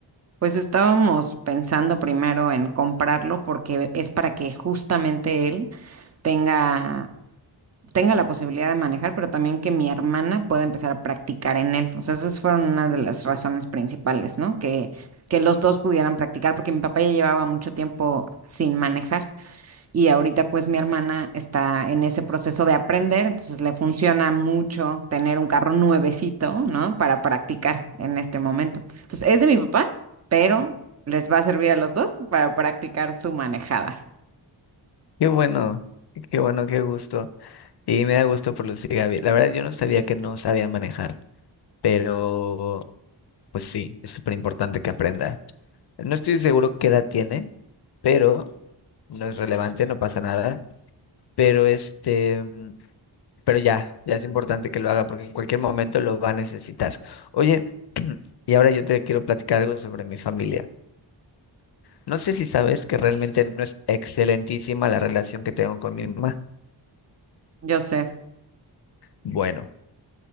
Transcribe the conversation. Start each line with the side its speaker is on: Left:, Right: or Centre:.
Right: Pues estábamos pensando primero en comprarlo porque es para que justamente él tenga, tenga la posibilidad de manejar, pero también que mi hermana pueda empezar a practicar en él. O sea, esas fueron una de las razones principales, ¿no? Que, que los dos pudieran practicar porque mi papá ya llevaba mucho tiempo sin manejar. Y ahorita pues mi hermana está en ese proceso de aprender, entonces le funciona mucho tener un carro nuevecito, ¿no? Para practicar en este momento. Entonces es de mi papá, pero les va a servir a los dos para practicar su manejada.
Left: Qué bueno, qué bueno, qué gusto. Y me da gusto por Lucy Gaby. La verdad yo no sabía que no sabía manejar, pero pues sí, es súper importante que aprenda. No estoy seguro qué edad tiene, pero no es relevante, no pasa nada. Pero este... Pero ya, ya es importante que lo haga porque en cualquier momento lo va a necesitar. Oye, <clears throat> y ahora yo te quiero platicar algo sobre mi familia. No sé si sabes que realmente no es excelentísima la relación que tengo con mi mamá.
Right: Yo sé.
Left: Bueno,